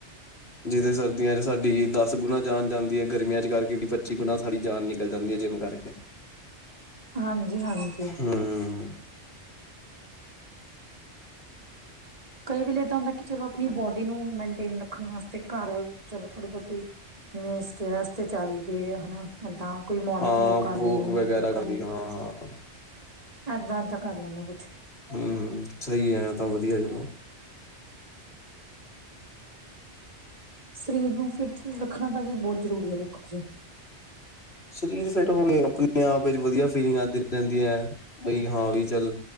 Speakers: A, on the left; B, on the right.
A: ਜਿਦੇ ਸਰਦੀਆਂ ਚ ਸਾਡੀ ਦਸ ਗੁਣਾ ਜਾਨ ਜਾਂਦੀ ਹੈ ਗਰਮੀਆਂ ਚ ਕਰਕੇ ਵੀ, ਪੱਚੀ ਗੁਣਾ ਸਾਡੀ ਜਾਨ ਨਿਕਲ ਜਾਂਦੀ ਹੈ ਜਿਮ ਕਰ <unintelligible>
B: ਹਾਂਜੀ-ਹਾਂਜੀ।
A: ਹਮ
B: ਕਈ ਵੇਲੇ ਏਦ ਹੁੰਦਾ ਕਿ ਚਲੋ ਆਪਣੀ ਬੋਡੀ ਨੂੰ ਮੇਨਟੇਨ ਰੱਖਣ ਵਾਸਤੇ ਘਰ ਚਲੋ ਥੋੜੀ ਬੋਤੀ ਜਿਵੇਂ ਸਟੇਅਰਸ ਚੜ ਗਏ ਹਨਾ ਏਦਾਂ ਕੋਈ ਮੋਰਨਿੰਗ
A: ਹਾਂ
B: ਵੋਕ ਕਰ ਲੀ ਇਵਨਿੰਗ
A: ਵਗੈਰਾ
B: ਵੋਕ
A: ਕਰਦੀ
B: ਕਰ ਲੀ।
A: ਹਾਂ ਹਾਂ
B: ਏਦਾਂ-ਏਦਾਂ ਕਰ ਲੇਨੇ ਹ ਕੁਛ।
A: ਹੂ ਸਹੀ ਹੈ ਤਾਂ ਵਧੀਆ ਚਲੋ।
B: ਸਰੀਰ ਨੂੰ ਫਿਟ ਰੱਖਣਾ ਤਾਂ ਜੀ ਬਹੁਤ ਜ਼ਰੂਰੀ ਹੈ ਦੇਖੋ ਜੀ।
A: ਸਰੀਰ ਫਿੱਟ ਹੋਵੇ ਆਪਣੇ ਆਪ ਵਿਚ ਵਧੀਆ ਫੀਲਿੰਗ ਆਂਦੀ ਰਹਿੰਦੀ ਹੈ ਬਈ ਹਾ ਵੀ ਚੱਲ